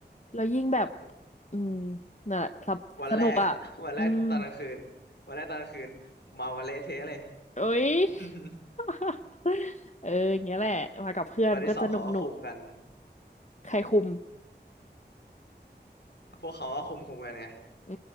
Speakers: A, on the left; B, on the left.
A: แล้วยิ่งแบบ
B: โห
A: อืมนั่นแหละสบสนุกอะอืม
B: วันแรกอะ <laughs> วันแรกตอนกลางคืนวันแรกตอนกลางคืนเมากันเละเทะเลย
A: เอ้ย
B: <laughs>
A: <laughs> เอออย่างเงี้ยแหละมากับเพื่อนก็จะนุกหนุก
B: วันที่สองเขาก็คุมกัน
A: ใครคุม
B: พวกเขาก็คุมคุมกันไง
A: อื